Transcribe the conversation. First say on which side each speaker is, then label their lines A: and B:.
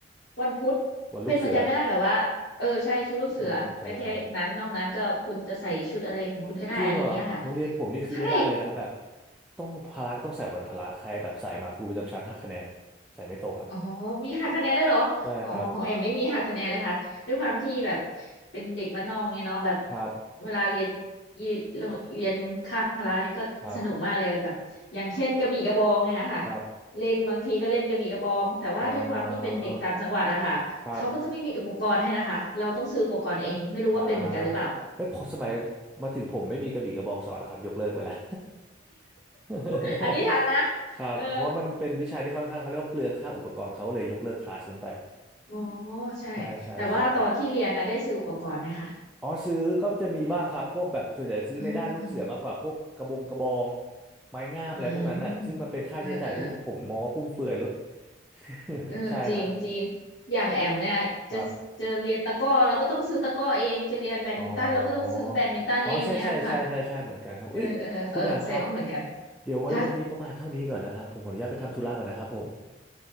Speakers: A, on the left; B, in the centre.
A: วันพุธ
B: วันลูกเสือ
A: เป็นเหมือนกันไม่ได้แบบว่าเออใช่ชุดลูกเสือก็แค่นั้นนอกนั้นก็คุณจะใส่ชุดอะไรของคุณก็ได้อะไรเงี้ยค่ะ
B: เออใช่ครับ จริงเหรอโรงเรียนผมนี่คือไม่ได้เลยนะแบบ
A: ใช่
B: ต้องพละก็ต้องใส่วันพละใครแบบใส่มาครูประจำชั้นหักคะแนนใส่ไม่ตรงอ่ะ
A: อ๋อมีหักคะแนนด้วยเหรออ๋อของแอมไม่มีหักคะแนนเลยค่ะด้วยความที่แบบ
B: ใช่ครับ
A: เป็นเด็กบ้านนอกเนี่ยเนาะแบบ
B: ครับ
A: เวลาเรียนอีโรงเรียนคาบพละเนี่ยก็สนุกมากเลยแบบอย่างเช่นกระบี่กระบองไงอะค่ะ
B: ครับครับ
A: เล่นบางทีก็เล่นกระบี่กระบองแต่ว่าด้วยความที่เป็นเด็กต่างจังหวัดอะค่ะเขาก็จะไม่มีอุปกรณ์ให้นะคะเราต้องซื้ออุปกรณ์เองไม่รู้ว่าเป็นเหมือนกันหรือเปล่า
B: เอ่อครับอ่าเฮ้ยพอสมัยมาถึงผมไม่มีกระบี่กระบองสอนแล้วครับยกเลิกไปแล้ว <laughs>
A: <laughs> อันนี้ทันนะ
B: ครับเพราะว่ามันเป็นวิชาที่ค่อนข้างเขาเรียกว่าเปลืองค่าอุปกรณ์เขาเลยยกเลิกคลาสนั้นไป
A: เอออ๋อใช่แต่ว่าตอนที่เรียนอะได้ซื้ออุปกรณ์ไหมคะ
B: ใช่ใช่ใช่ อ๋อซื้อก็จะมีบ้างครับพวกแบบส่วนใหญ่ซื้อในด้านลูกเสือมากกว่าพวกกระบงกระบอง
A: อืมอืม
B: ไม้งามอะไรพวกนั้นน่ะซึ่งมันเป็นค่าใช้จ่ายที่ผมมองว่าฟุ่มเฟือยเลย
A: อืมเออเออ
B: <laughs>
A: เออจริงจริง
B: ใช่ครับ
A: อย่างแอมเนี่ยจะจะเรียนตะกร้อเราก็ต้องซื้อตะกร้อเองจะเรียนแบดมินตันเราก็ต้องซื้อแบดมินตันเองเนี้ยค่ะ
B: ครับอ๋ออ๋อใช่ใช่ใช่ใช่ใช่เหมือนกันครับเอ้ยคุณแอมครับ
A: เออเออเออแสดงว่าเหมือนกัน
B: เดี๋ยวไว้วันนี้ประมาณเท่านี้ก่อนนะครับผมขออนุญาตไปทำธุระก่อนนะครับผม
A: ฮะ